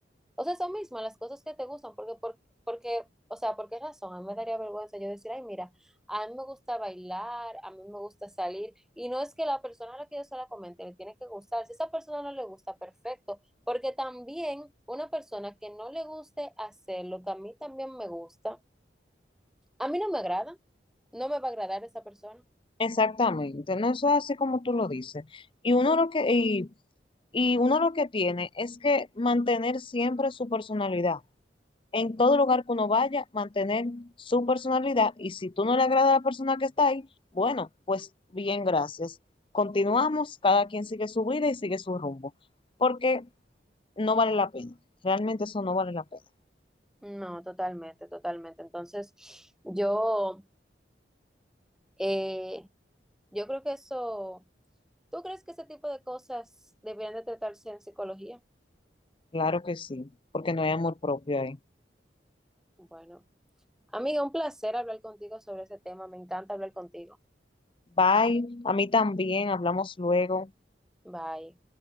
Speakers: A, in the centre; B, on the left (about 30°).
A: o sea, eso mismo, las cosas que te gustan, porque, por- porque, o sea, ¿por qué razón? A mí me daría vergüenza yo decir, ay, mira, a mí me gusta bailar, a mí me gusta salir, y no es que la persona a la que yo se la comente le tiene que gustar, si a esa persona no le gusta, perfecto, porque también una persona que no le guste hacer lo que a mí también me gusta, a mí no me agrada, no me va a agradar esa persona.
B: Exactamente, no eso es así como tú lo dices. Y uno lo que, y Y uno lo que tiene es que mantener siempre su personalidad. En todo lugar que uno vaya, mantener su personalidad. Y si tú no le agrada a la persona que está ahí, bueno, pues bien, gracias. Continuamos, cada quien sigue su vida y sigue su rumbo. Porque no vale la pena. Realmente eso no vale la pena.
A: No, totalmente, totalmente. Entonces, yo, eh, yo creo que eso... ¿Tú crees que ese tipo de cosas deberían de tratarse en psicología?
B: Claro que sí, porque no hay amor propio ahí.
A: Bueno, amiga, un placer hablar contigo sobre ese tema. Me encanta hablar contigo.
B: Bye, a mí también, hablamos luego.
A: Bye.